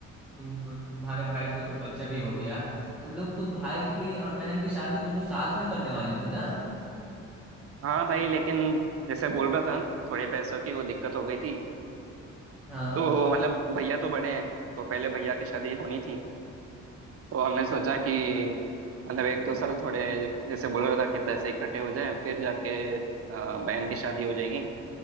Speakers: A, in the centre; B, on the right.
A: तुम तुम्हारे भाई को तो बच्चा भी हो गया तुम लोग तो भाई की और बहन की शादी दोनों साथ में करने वाले थे ना
B: हाँ भाई लेकिन जैसे बोल रहा था थोड़े पैसों की वो दिक्कत हो गई थी
A: हाँ
B: तो मतलब भैया तो बड़े हैं तो पहले भैया की शादी होनी थी तो हमने सोचा कि मतलब एक दो साल थोड़े जैसे बोल रहा था कि पैसे इकट्ठे हो जाएं फिर जाके अ, बहन की शादी हो जाएगी